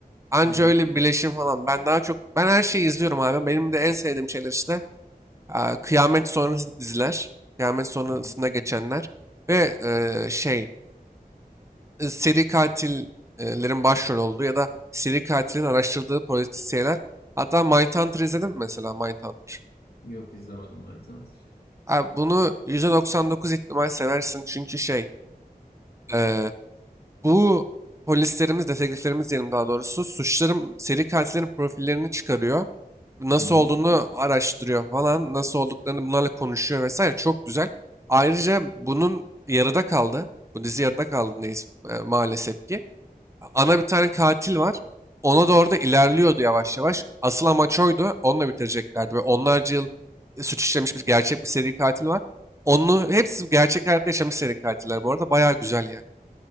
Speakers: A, on the right; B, on the left.
A: Anca
B: hı.
A: öyle bir birleşim falan. Ben daha çok ben her şeyi izliyorum abi. Benim de en sevdiğim şeyler işte e, kıyamet sonrası diziler. Kıyamet sonrasında
B: Hı hı.
A: geçenler. Ve e, şey e, seri katillerin başrol olduğu ya da seri katilin araştırdığı polisiyeler. Hatta Mindhunter izledim mi mesela Mindhunter?
B: Yok izlemedim Mindhunter.
A: Abi bunu %99 ihtimal seversin çünkü şey eee, bu polislerimiz, dedektiflerimiz diyelim daha doğrusu suçların, seri katillerin profillerini çıkarıyor. Nasıl
B: Hı hı.
A: olduğunu araştırıyor falan, nasıl olduklarını bunlarla konuşuyor vesaire çok güzel. Ayrıca bunun yarıda kaldı. Bu dizi yarıda kaldı neyse, e, maalesef ki ana bir tane katil var. Ona doğru da ilerliyordu yavaş yavaş. Asıl amaç oydu. Onunla bitireceklerdi. Ve onlarca yıl e, suç işlemiş bir gerçek bir seri katil var. Onu hepsi gerçek hayatta yaşamış seri katiller bu arada. Bayağı güzel yani.